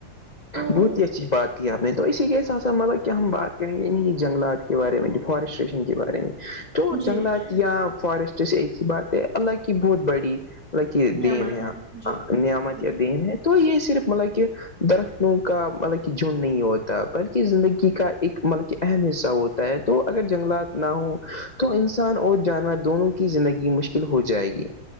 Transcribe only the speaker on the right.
تو
جی
جی
نعمت
جی
جی